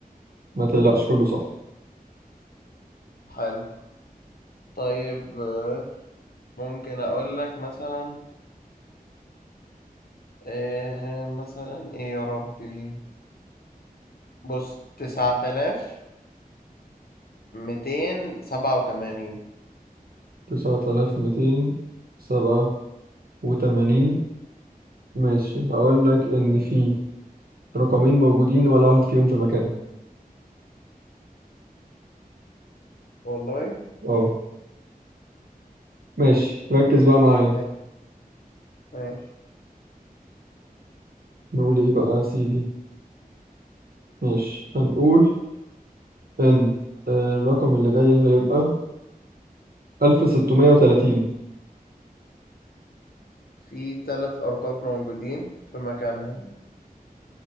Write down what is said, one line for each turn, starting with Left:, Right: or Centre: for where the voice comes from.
Right: ما تقلقش كله صح
Left: حلو طيب آه، ممكن اقول لك مثلا آه، مثلا ايه يا ربي بص تسعة آلاف ميتين سبعة وتمانين
Right: تسعة آلاف ميتين سبعة وتمانين ماشي هقول لك إن في رقمين موجودين ولا واحد فيهم في مكانه
Left: والله
Right: اه ماشي ركز بقى معايا
Left: ماشي ماشي
Right: نقول إيه بقى يا سيدي ماشي هنقول إن آه، الرقم اللي جاي هيبقى ألف ستمية وتلاتين
Left: في تلات أرقام موجودين في مكانهم